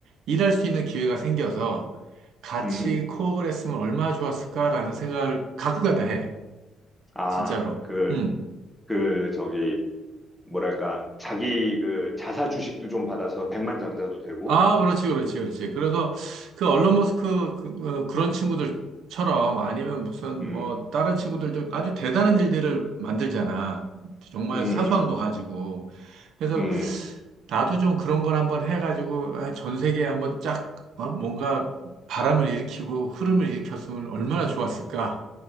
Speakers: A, on the right; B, in the centre.
A: 일할 수 있는 기회가 생겨서 같이
B: 음?
A: 코업을 했으면 얼마나 좋았을까라는 생각을 가끔가다 해.
B: 아,
A: 진짜로.
B: 그,
A: 음.
B: 그, 저기, 뭐랄까, 자기 그 자사 주식도 좀 받아서 백만장자도 되고,
A: 아, 그렇지, 그렇지, 그렇지. 그래서 그 얼론 머스크 그, 런 친구들처럼 아니면 무슨
B: 음,
A: 뭐 다른 친구들 좀 아주 대단한 일들을 만들잖아. 정말
B: 음,
A: 사소한 거 가지고. 그래서
B: 음.
A: 나도 좀 그런 걸 한번 해가지고 아, 전 세계에 한번 쫙 어? 뭔가 바람을 일으키고 흐름을 일으켰으면 얼마나 좋았을까.